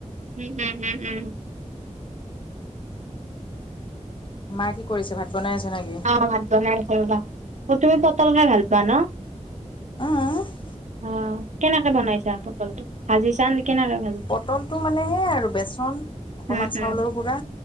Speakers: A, on the right (about 70°); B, on the left (about 40°).
A: উম উম উম উম
B: মা কি কৰিছে ভাত বনাই আছে নেকি
A: অ ভাত বনাই আছে ৰবা অ তুমি পটল খাই ভাল পোৱা ন
B: অঁ- অ
A: অ কেনেকে বনাইছা পটলটো ভাজিছা নে কেনেকে ভাজিছা
B: পটলটো মানে সে আৰু বেচন অকমান
A: উম,
B: চাউলৰ
A: উম,
B: গুৰা